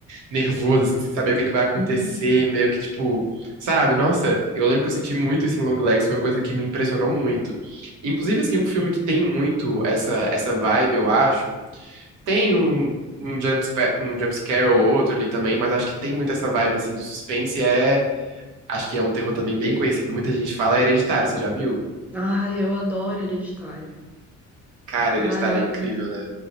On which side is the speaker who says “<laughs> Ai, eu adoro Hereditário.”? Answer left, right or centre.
Centre